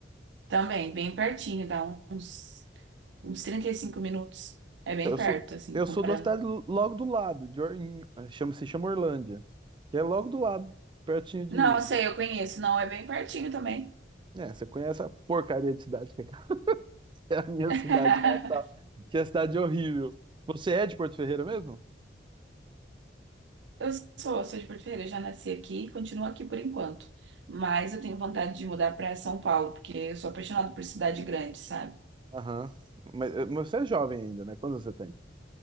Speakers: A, on the right; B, on the right.
A: Também, bem pertinho, dá uns, uns 35 minutos. É bem
B: Então, eu
A: perto,
B: sou,
A: assim,
B: eu
A: comparando.
B: sou da cidade logo do lado, de Or- em- chama, se chama Orlândia, que é logo do lado, pertinho de,
A: Não, eu sei, eu conheço. Não, é bem pertinho também.
B: É, você conhece a porcaria de cidade que é <laughs> é a minha
A: <laughs>
B: cidade natal, que é a cidade horrível. Você é de Porto Ferreira mesmo?
A: Eu sou, sou de Porto Ferreira, já nasci aqui e continuo aqui por enquanto. Mas eu tenho vontade de mudar para São Paulo, porque eu sou apaixonada por cidade grande, sabe?
B: Aham. Mas, eh, mas você é jovem ainda, né? Quantos você tem?